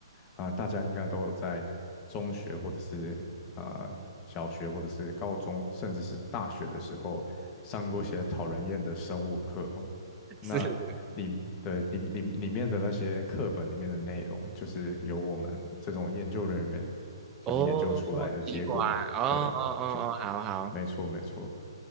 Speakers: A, on the left; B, on the right.
A: 啊、呃大家应该都有在中学或者是啊小学或者是高中，甚至是大学的时候上过一些讨人厌的生物课哦。那里的里里里面的那些课本里面的内容，
B: 是是
A: 就是由我们这种研究人员就是研究出来的结果了对，
B: 哦，器官，哦哦哦哦，
A: 就
B: 好好，
A: 没错没错。